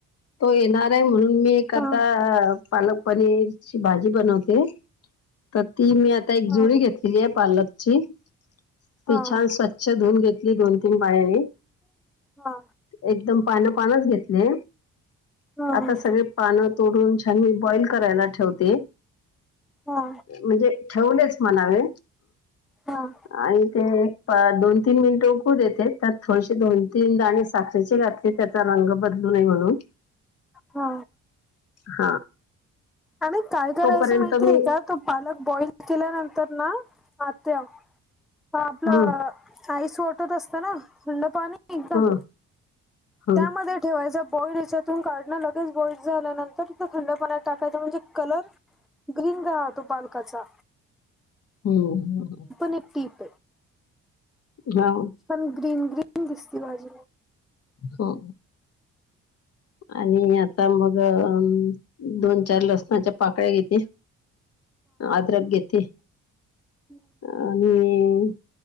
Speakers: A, on the left; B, in the centre.
A: तो येणार आहे म्हणून मी एक आता
B: हां
A: पालक पनीरची भाजी बनवते तर ती मी आता एक
B: हां
A: जुरी घेतलेली आहे पालकची ती
B: हां
A: छान स्वच्छ धुवून घेत दोन तीन पाण्याने
B: हा
A: एकदम पान पानच घेतले
B: हां
A: आता सगळे पानं तोडून छानी बॉईल करायला ठेवते
B: हा
A: म्हणजे ठेवलेच म्हणावे
B: हां
A: आणि ते दोन तीन मिनट टोकू देते त्यात थोडीसे दोन तीन दाणी साखरेचे घातले त्याचा रंग बदलू नये म्हणून
B: हा
A: हा
B: अर काय करायचं
A: तोपर्यंत
B: माहितीय
A: मी
B: का तो पालक बॉइल केल्यानंतर ना आत्या ह आपलं
A: हम्म
B: आईस वाटत असतं ना थंड पाणी एकदम
A: हम्म हं
B: त्यामध्ये ठेवायच बडीच तथून काढणं लगेच गोल्ड झाल्यानंतर त थंडपणा टाकायचं म्हणजे कलर ग्रीन रा तो पालकाचा
A: हो हो
B: णटीप
A: हा
B: पण ग्रीन ग्रीन दिसती भाजी
A: हो आणि आता मगं दोन चार लसणाच्या पाकळ्या घेते अ्र घेत
B: ह्म.
A: आणि,